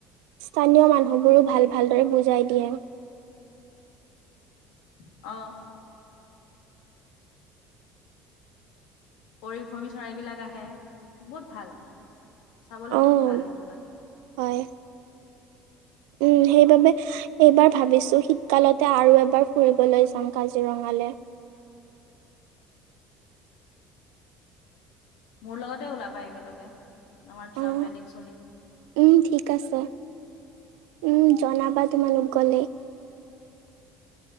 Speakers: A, on the right (about 80°); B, on the left (about 75°).
A: স্থানীয় মানুহবোৰো ভাল ভালদৰে বুজাই দিয়ে
B: অ পৰিভ্ৰমী চৰাইবিলাক আহে বহুত ভাল চাবলে
A: অ'
B: বহুত ভাল সেইটো তাত
A: হয়। উম সেইবাবে এইবাৰ ভাবিছো শীতকালতে আৰু এবাৰ ফুৰিবলৈ যাম কাজিৰঙালে
B: মোৰ লগতে ওলাবা একেলগে আমাৰ
A: অ',
B: যোৱা প্লেনিং চলি
A: উম ঠিক আছে উম জনাবা তোমালোক গলে